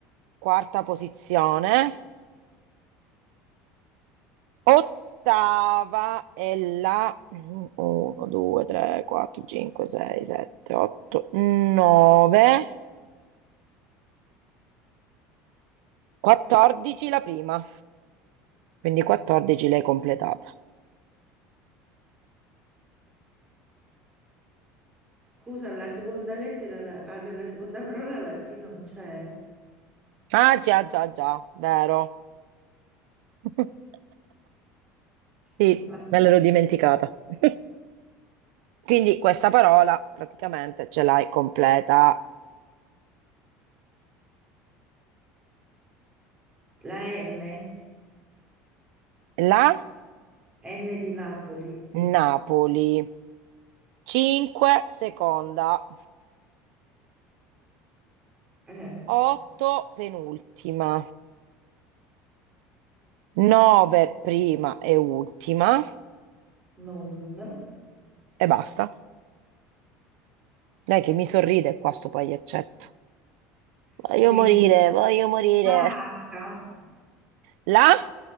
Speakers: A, on the right; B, on the right.
A: quarta posizione. Ottava è la 1, 2, 3, 4, 5, 6, 7, 8, 9, 14 la prima. Quindi 14 l'hai completata.
B: Scusa, la seconda lettera, la, alla- la seconda parola, la T non c'è.
A: Ah, già, già, già, vero. <laughs> Sì,
B: <laughs>
A: me l'ero dimenticata. <laughs> Quindi questa parola praticamente ce l'hai completa.
B: La N,
A: La
B: N di Napoli.
A: Napoli. 5 seconda,
B: Eh,
A: 8 penultima. 9 prima e ultima
B: non.
A: e basta. Dai che mi sorride qua sto pagliaccetto. Voglio
B: Smetti.
A: morire, voglio morire.
B: La H,
A: La?